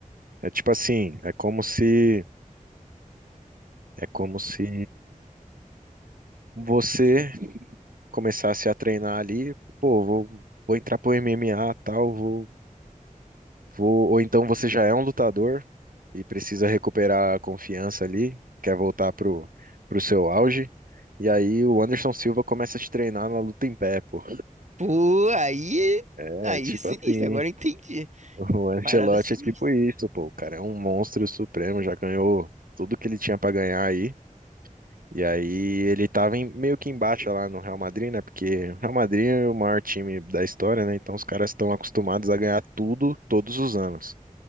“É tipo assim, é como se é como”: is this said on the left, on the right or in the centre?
Right